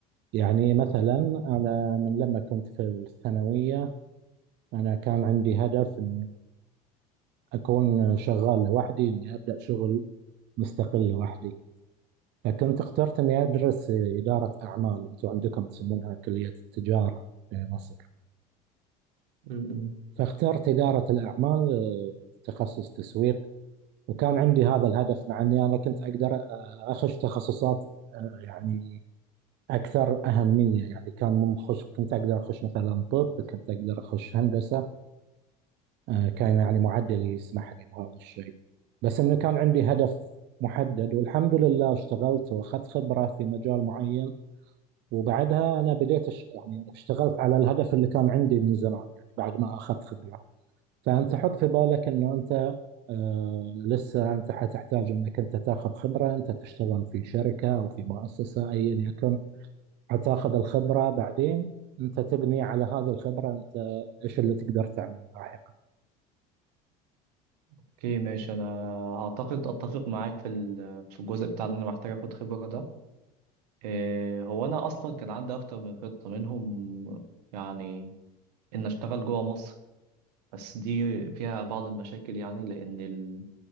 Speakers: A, on the right; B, on the right.
A: يعني مثلا أنا من لما كنت في الثانوية أنا كان عندي هدف إن أكون شغال لوحدي إني أبدأ شغل مستقل لوحدي كنت اخترت اني ادرس اداره اعمال انتم عندكم تسمونها كليه التجاره في مصر
B: م-م.
A: فاخترت اداره الاعمال آه، تخصص تسويق وكان عندي هذا الهدف مع اني انا كنت اقدر آه، اخش تخصصات آه، يعني اكثر اهميه يعني كان مخش كنت اقدر اخش مثلا طب كنت اقدر اخش هندسه آه، كان يعني معدلي يسمح لي بهذا الشيء بس انه كان عندي هدف محدد والحمد لله اشتغلت واخذت خبره في مجال معين وبعدها انا بديت أش... يعني اشتغلت على الهدف اللي كان عندي من زمان يعني بعد ما اخذت خبره فانت حط في بالك انه انت آه لسه انت حتحتاج انك انت تاخذ خبره انت تشتغل في شركه او في مؤسسه ايا يكن حتاخذ الخبره بعدين انت تبني على هذه الخبره انت ايش اللي تقدر تعمله لاحقا
B: اوكي ماشي أنا أعتقد أتفق معاك في ال- في الجزء بتاع إن أنا محتاج آخد خبرة ده إيه، هو أنا أصلا كان عندي أكتر من خطة منهم يعني إن أشتغل جوه مصر بس دي فيها بعض المشاكل يعني لأن